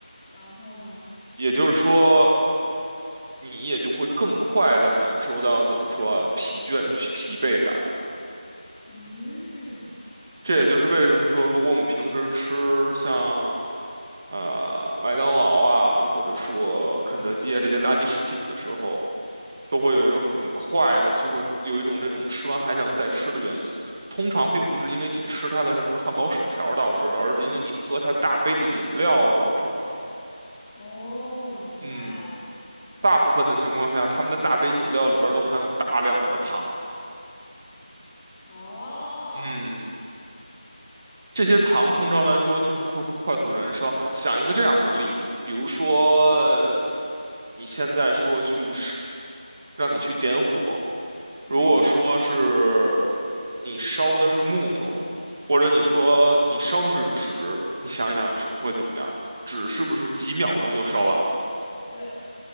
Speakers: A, on the left (about 15°); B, on the right (about 25°).
A: 然后呢？
B: 也就是说你也就会更快的感受到怎么说啊疲倦疲惫感。
A: 嗯，
B: 这也就是为什么说，如果我们平时吃像呃麦当劳啊，或者说肯德基啊这些垃圾食品的时候，都会有一种很快的，就会有一种这种吃完还想再吃的原因。通常并不是因为你吃它的什么汉堡、薯条导致的，而是因为你喝它大杯的饮料造成的。
A: 哦，明白了，
B: 嗯，
A: 嗯，
B: 大部分的情况下，他们的大杯饮料里边儿都含有大量的糖。
A: 哦。
B: 嗯。这些糖通常来说就是快快速燃烧。想一个这样的例子，比如说呃
A: 嗯。
B: 你现在说去是让你去点火，
A: 嗯
B: 如果说是你烧的是木头，或者你说你烧的是纸，
A: 嗯，
B: 你想一想是会怎么样？纸是不是几秒钟就烧完了，
A: 对，